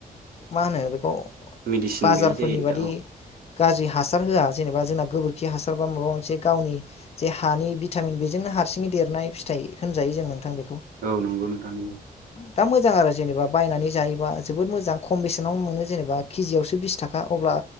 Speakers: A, on the left (about 45°); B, on the right (about 75°).
A: मा होनो बेखौ
B: मेडिसिन
A: बाजारफोरनि
B: गैयि जायो नोंथां
A: बादि
B: औ।
A: गाज्रि हासार होआ जेनेबा जोंना गोबोरखि हासार बा माबा मोनसे गावनि जे हानि भिटामिन बेजोंनो हारसिङै देरनाय फिथाइ होनजायो जों नोंथां। बेखौ
B: औ नंगौ नोंथां नंगौ
A: दा मोजां आरो जेनेबा बायनानै जायोबा जोबोद मोजांमसेनावनो मोन जेनेबा केजियावसो बिस थाखा अब्ला